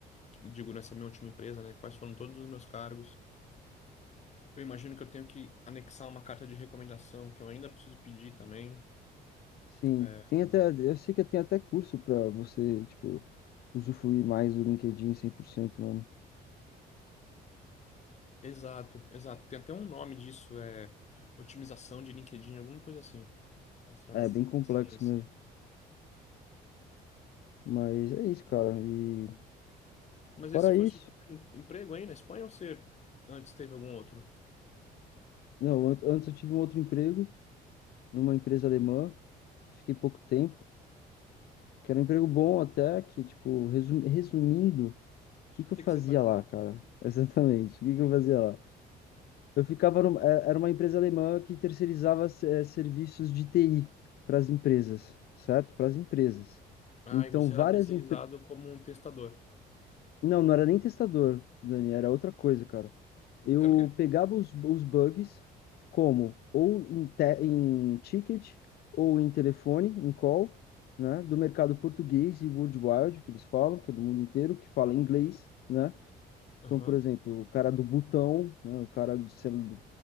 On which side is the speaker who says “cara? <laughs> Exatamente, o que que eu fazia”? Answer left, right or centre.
Left